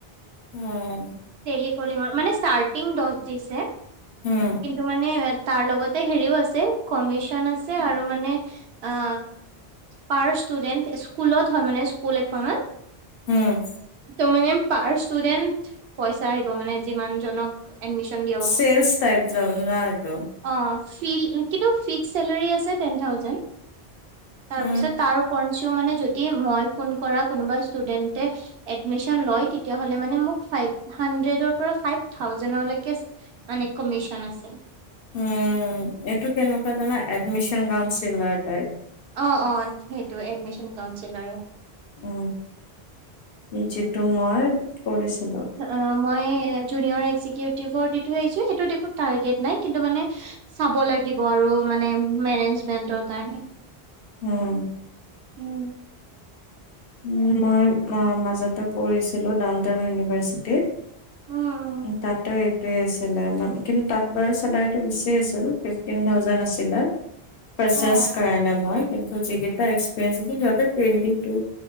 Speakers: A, on the left (about 65°); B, on the right (about 75°).
A: উম।
B: তেলি কলিঙৰ মানে, ষ্টাৰ্টিং দহ দিছে,
A: উম
B: কিন্তু মানে তাৰ লগতে হেৰিও আছে, কমিশন আছে আৰু মানে আ পাৰ ষ্টুডেন্ট, স্কুলত হয়, মানে স্কুল এখনত।
A: উম।
B: ত' মানে পাৰ ষ্টুডেন্ট পইচা আহিব, মানে যিমান জনক। এডমিশন দি
A: চেলছ টাইপ যব না এইটো।
B: অ', ফিল, কিন্তু ফিক্সড চেলেৰী আছে তেন থাউজেণ্ড, তাৰপিছত
A: উম
B: তাৰ উপৰঞ্চিও মানে যদি মই ফোন কৰা কোনোবা ষ্টুডেন্টে এডমিশ্যন লয়, তেতিয়া হলে মানে মোক ফাইভ হাড্ৰেডৰ পৰা ফাইভ থাউজেনলেকে মানে কমিচন আছে।
A: উম, এইটো কেনেকুৱা জানা, এডমিচন কাউঞ্চিলাৰ টাইপ।
B: অ', অ', সেইটো এডমিশন কাউঞ্চিলাৰ।
A: উম, যিটো মই কৰিছিলো
B: অ', মই যুনিয়ৰ এক্জিকিউটিভৰ দি থৈ আহিছোঁ, সেইটোত একো টাৰ্গেট নাই কিন্তু মানে। চাব লাগিব আৰু মানে মেনেজমেন্টৰ কাৰণে।
A: উম।
B: উম।
A: উম মই মাজতে কৰিছিলোঁ, ডাউন টাউন ইউনিভাৰ্চি টিত
B: উম
A: তাতে টোৱে আছিলে, মানে কিন্তু তাত বাৰু চেলাৰিটো বেচি আছিল। ফিফটিন থাউজেণ্ড আছিলে, ফ্ৰেচাৰচ
B: উম
A: কাৰনে মই, কিন ত' যিকিটাৰ এক্সপিৰিয়েন্চ আছিল সিহতে টুৱেন্টি টু